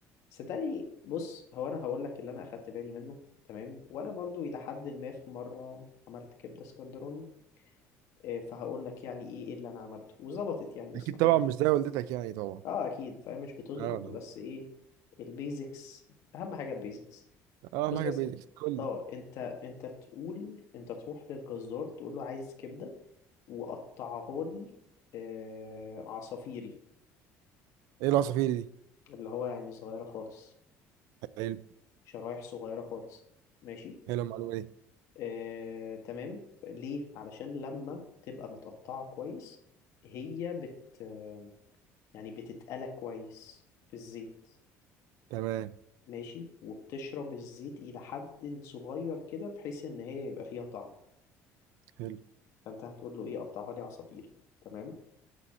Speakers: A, on the left; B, on the right.
A: صدقني بص هو انا هقول لك اللي انا اخدت بالي منه تمام وانا برضو الى حد ما في مره عملت كبده اسكندراني إيه، فهقول لك يعني ايه إيه اللي انا عملته وظبطت يعني بس
B: اكيد
A: ما
B: طبعا
A: كانتش
B: مش زي والدتك يعني طبعا
A: اه اكيد فهي مش بتظبط
B: اه طبعا.
A: بس ايه البيزكس اهم حاجه البيزكس
B: اه
A: بص
B: معاك
A: يا
B: البيت
A: سيدي
B: قول
A: اه
B: لي
A: انت انت تقول انت تروح للجزار تقول له عايز كبده وقطعها لي آه عصافيري
B: ايه العصافير دي
A: اللي هو يعني صغيره خالص
B: حلو
A: شرايح صغيره خالص ماشي
B: حلو المعلومه دي
A: آه تمام ليه علشان لما تبقى متقطعه كويس هي بت يعني بتتقلى كويس في الزيت
B: تمام
A: ماشي وبتشرب الزيت إلى حد صغير كده بحيث إن هي يبقى فيها طعم
B: حلو
A: فأنت هتقول له إيه قطعها لي عصافيري تمام